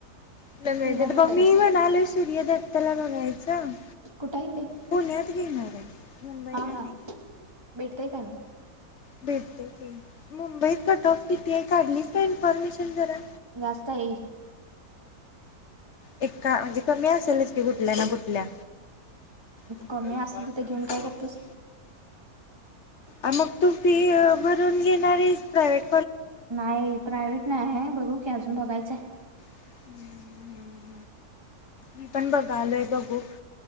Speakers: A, on the left (about 50°); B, on the right (about 15°).
A: कुठं मिळत्यात
B: घेणार कुठे
A: बग
B: आहेस
A: मी म्हणालोय. सूर्य दत्तला बघायचं. द
B: कुठे आहे ते
A: पुण्यात घेणार आहे. मुंबई
B: हा
A: काय
B: हा
A: नाही
B: भेटतय काय म
A: भेटते की मुंबईत कट ऑफ किती आहे. काढलीत काय इन्फॉर्मेशन जरा
B: जास्त आहे.
A: एका म्हणजे कमी असेलच की कुठल्या ना कुठल्या मुंबईला
B: कमी असेल
A: बास
B: तिथे
A: सगळ्या
B: घेऊन काय करतेस
A: <unintelligible> अग मग तू फी भरून घेणारीच प्रायवेट
B: नाही प्रायव्हेट नाही आहे बघू. हे अजून बघायचंय.
A: <unintelligible> मी पण बघालोय बघू